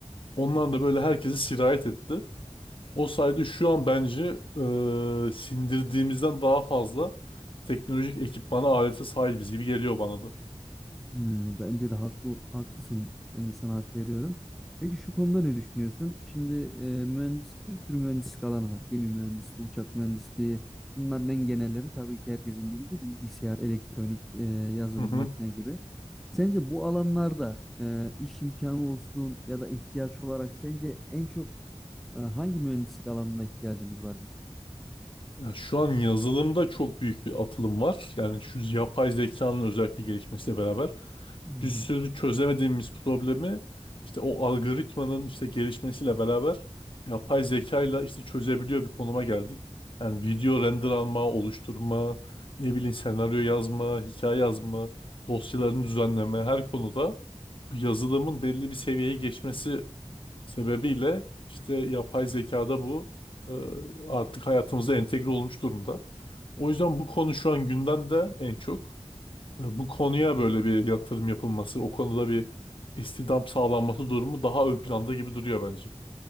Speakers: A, on the left; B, in the centre.
A: Ondan da böyle herkesi sirayet etti. O sayede şu an bence e, sindirdiğimizden daha fazla teknolojik ekipmana, alete sahibiz gibi geliyor bana da.
B: Hmm, bence de haklı, haklısın. Ben de sana hak veriyorum. Peki şu konuda ne düşünüyorsun? Şimdi e, mühendis bir sürü mühendislik alanı var. Gemi mühendisliği, uçak mühendisliği. Bunların en genelleri tabii ki herkesin bildiği bilgisayar, elektronik, e, yazılım,
A: Hı hı.
B: makine gibi. Sence bu alanlarda e, iş imkanı olsun ya da ihtiyaç olarak sence en çok e, hangi mühendislik alanına ihtiyacımız var bizim?
A: Ya şu an yazılımda çok büyük bir atılım var. Yani şu yapay zekanın özellikle gelişmesiyle beraber
B: Hmm,
A: bir sürü çözemediğimiz problemi işte o algoritmanın işte gelişmesiyle beraber yapay zekayla işte çözebiliyor bir konuma geldik. Yani video render alma, oluşturma, ne bileyim senaryo yazma, hikaye yazma, dosyalarını düzenleme her konuda bu yazılımın belli bir seviyeye geçmesi sebebiyle işte yapay zekada bu e, artık hayatımıza entegre olmuş durumda. O yüzden bu konu şu an gündemde en çok. E, bu konuya böyle bir yatırım yapılması, o konuda bir istihdam sağlanması durumu daha ön planda gibi duruyor bence.